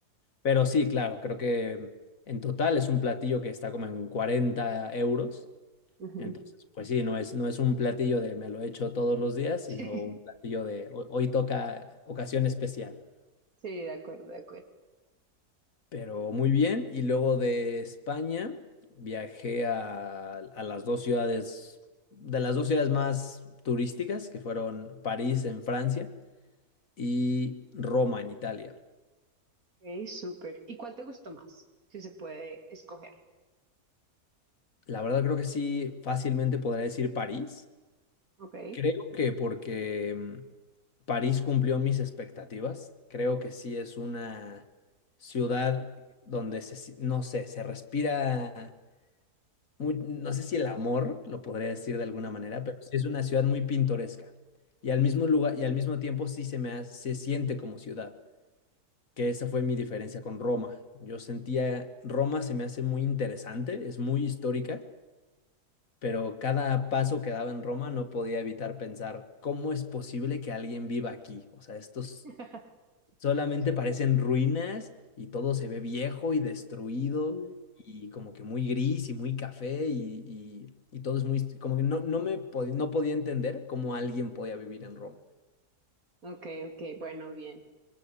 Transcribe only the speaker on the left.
pero sí, claro, creo que en total es un platillo que está como en 40 euros.
Entonces,
pues sí, no es, no es un platillo de me lo echo todos los días,
sino un platillo de ho- hoy toca ocasión especial.
Pero muy bien, y luego de España viajé a, a las dos ciudades, de las dos ciudades más turísticas, que fueron París en Francia y Roma en Italia.
La verdad creo que sí, fácilmente podría decir París.
Creo que porque mm, París cumplió mis expectativas. Creo que sí es una ciudad donde se, si- no sé, se respira muy- no sé si el amor, lo podría decir de alguna manera, pero sí es una ciudad muy pintoresca. Y al mismo lugar, y al mismo tiempo sí se me ha- se siente como ciudad, que esa fue mi diferencia con Roma. Yo sentía, Roma se me hace muy interesante, es muy histórica, pero cada paso que daba en Roma no podía evitar pensar, ¿cómo es posible que alguien viva aquí? O sea, estos
Solamente parecen ruinas y todo se ve viejo y destruido
y como que muy gris y muy café y, y- y todo es muy... Como que no, no me pod- no podía entender cómo alguien podía vivir en Roma.